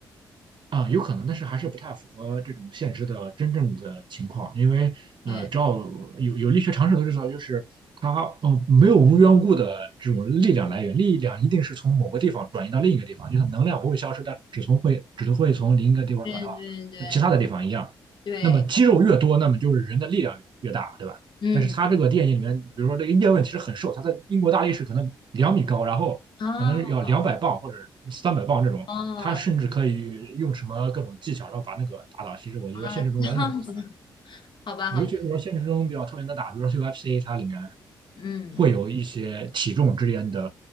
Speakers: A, on the right; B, on the left.
A: 啊，有可能，但是还是不太符合这种现实的真正的情况，因为呃，
B: 对
A: 只要有有力学常识都知道，就是它呃没有无缘无故的这种力量来源，力量一定是从某个地方转移到另一个地方，就像能量不会消失，但只从会只会从另一个地方转到
B: 对对对
A: 其他的地方一样。
B: 对，
A: 那么肌肉越多，那么就是人的力量越大，对吧？
B: 嗯，
A: 但是它这个电影里面，比如说这个叶问其实很瘦，他在英国大力士可能两米高，然后可能要两百磅或者三百磅这种。
B: 啊哦，
A: 他甚至可以用什么各种技巧，
B: 哦
A: 然后把那个打倒。其实我觉得现实中完全是不可能的，
B: 啊，这样子，好吧，
A: 尤其是说现实中比较特别能打，
B: 好吧
A: 比如说 UFC，它里面
B: 嗯，
A: 会有一些体重之间的